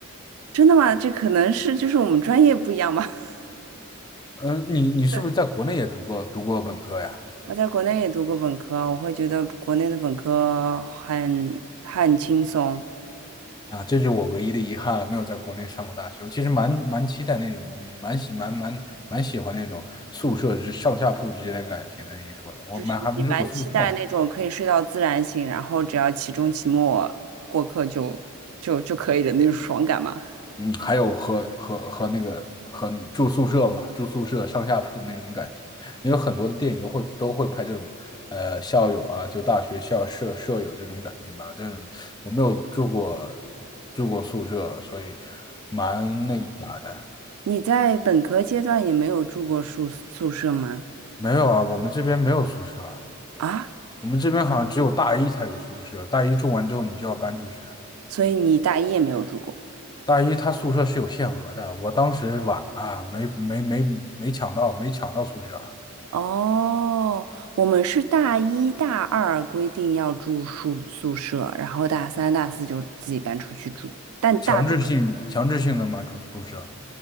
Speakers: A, on the right (about 85°); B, on the left (about 20°).
A: 真的吗？这可能是就是我们专业不一样吧。<laughs>
B: 嗯，你你是不是在国内也读过读过本科呀？
A: 对我在国内也读过本科，我会觉得国内的本科很很轻松，
B: 啊，这是我唯一的遗憾了，没有在国内上过大学。我其实蛮蛮期待那种，蛮喜蛮蛮蛮喜欢那种宿舍之上下铺之间的感情的。你说的，我们还没住过宿舍呢。
A: 就是你蛮期待那种可以睡到自然醒，然后只要期中期末过课就就就可以的那种爽感嘛。
B: 嗯，还有和和和那个和你住宿舍嘛，住宿舍上下铺的那种感情，因为很多的电影都会都会拍这种，呃，校友啊，就大学校舍舍友这种感情吧。但是我没有住过住过宿舍，所以蛮那个啥的。
A: 你在本科阶段也没有住过宿宿舍吗？
B: 没有啊，我们这边没有宿舍啊。
A: 啊，
B: 我们这边好像只有大一才有宿舍，大一住完之后你就要搬出去。
A: 所以你大一也没有住过。
B: 大一他宿舍是有限额的，我当时晚了，没没没没抢到，没抢到宿舍，
A: 哦，我们是大一大二规定要住宿宿舍，然后大三大四就自己搬出去住，但大多
B: 强制性强制性的嘛住宿舍